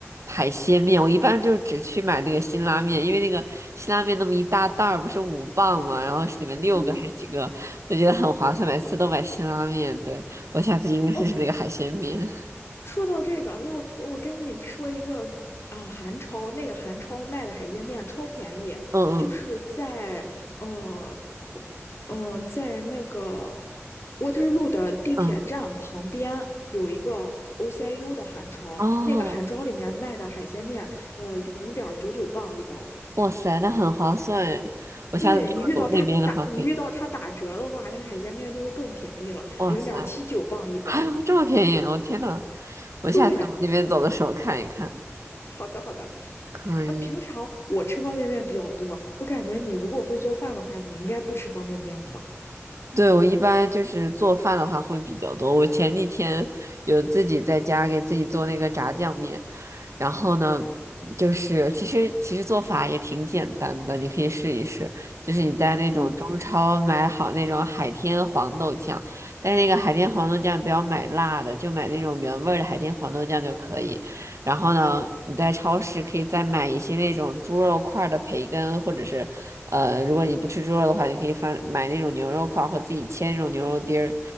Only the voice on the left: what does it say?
嗯，
哦，说到这个，那我我跟你说一个啊、韩超，那个韩超卖的海鲜面超便宜，
就是在呃嗯、呃在那个 Waterloo 的地铁站旁边有一个
OCU 的韩超，
那个韩超里面卖的海鲜面，呃零点九九磅一包。
对你遇到他打你遇到他打折的话，那个海鲜面就会更便宜了，
零点七九磅一包。
对，好的，好的。
那平常我吃方便面比较多，我感觉你如果会做饭的话，你应该不吃方便面吧？
嗯